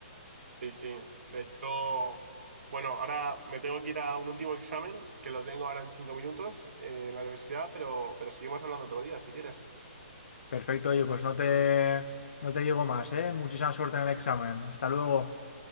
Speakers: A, on the right; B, on the left.
A: Sí, sí. De hecho, bueno, ahora me tengo que ir a un último examen, que lo tengo ahora en cinco minutos eh, en la universidad, pero, pero seguimos hablando otro día, si quieres.
B: Perfecto, oye, pues no te, no te digo más, ¿eh? Muchísima suerte en el examen. Hasta luego.